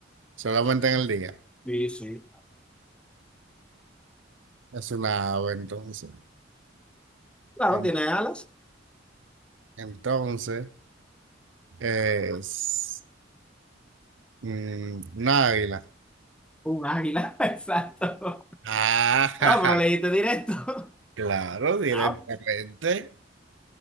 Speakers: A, on the right; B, in the centre.
A: Solamente en el día.
B: Sí, sí.
A: Es una ave, entonces.
B: Claro,
A: En-
B: tiene alas.
A: entonces, es mm, una águila.
B: Un águila, <laughs> exacto.
A: Ah,
B: Ah, pero leíste directo. <laughs>
A: <laughs> claro, directamente.
B: Ah,